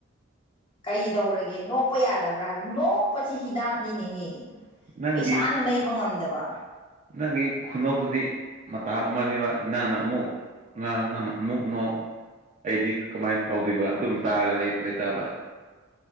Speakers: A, on the left (about 25°); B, on the right (about 35°).
A: ꯀꯩ ꯇꯧꯔꯒꯦ ꯅꯣꯛꯄ ꯌꯥꯗꯕ꯭ꯔꯥ ꯍꯥꯏꯕ ꯅꯣꯛꯄꯁꯤ ꯍꯤꯗꯥꯛꯅꯤꯅꯦꯍꯦ
B: ꯅꯪꯒꯤ
A: ꯄꯩꯁꯥ ꯅ ꯂꯩꯕ ꯉꯝꯗꯕ
B: ꯅꯪꯒꯤ ꯈꯨꯅ‌ꯣꯛꯇꯨꯗꯤ ꯃꯇꯝ ꯑꯃꯅꯦꯕ ꯅꯪꯅ ꯑꯃꯨꯛ ꯉꯥꯡ ꯅꯪꯅ ꯑꯃꯨꯛ ꯅꯣꯛ ꯑꯩꯗꯤ ꯀꯃꯥꯏꯅ ꯀꯧꯗꯣꯏꯕ ꯑꯗꯨꯝ ꯇꯥꯔꯒ ꯂꯩꯇꯕ